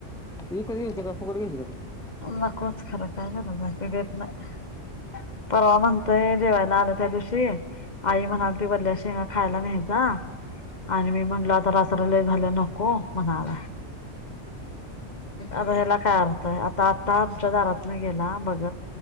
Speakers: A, in the centre; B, on the left.
A: तु कधी घेयस पकड घेय त <unintelligible>
B: नकोच खरं काय गरा पि देत नाही <unintelligible> परवा म्हणतय जेवायला आलं त्या दिवशी आई म्हणालती बल्या खायला न्याय जा आणि मी म्हल लय झालं नोको मनाला अ हेला काय अर्थ आता आता आमच्या दारात नाही गेला बघ